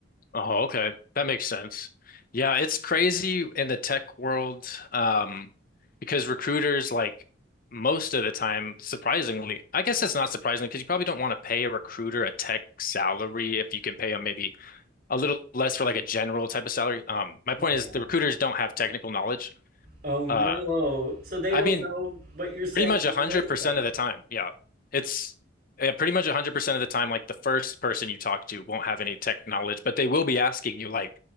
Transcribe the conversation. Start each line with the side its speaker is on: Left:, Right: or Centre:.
Left: Oh, okay. That makes sense. Yeah, it's crazy in the tech world, um, because recruiters like most of the time, surprisingly, I guess it's not surprising because you probably don't want to pay a recruiter a tech salary if you can pay them maybe a little less for like a general type of salary. Um, my point
Right: Yeah.
Left: is the recruiters don't have technical knowledge.
Right: Oh no.
Left: Uh,
Right: So they
Left: I
Right: don't
Left: mean,
Right: know what you're saying
Left: pretty much
Right: in
Left: 100%
Right: your resume.
Left: of the time. Yeah. It's yeah, pretty much 100% of the time, like the first person you talk to won't have any tech knowledge, but they will be asking you, like,